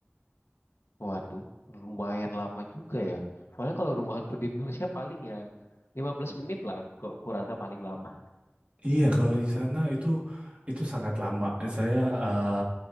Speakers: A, on the left (about 65°); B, on the right (about 30°).
A: Waduh, lumayan lama juga ya. Soalnya kalau rumah hantu di Indonesia paling ya 15 menit lah ku- kurasa paling lama.
B: Iya, kalau di sana itu itu sangat lama. Saya uh,